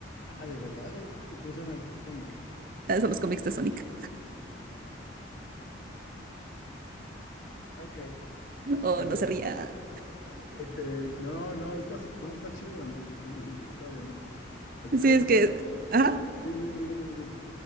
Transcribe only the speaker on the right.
Ah, Son los cómics de Sonic.
O
no sería.
Sí,
es que... Ajá.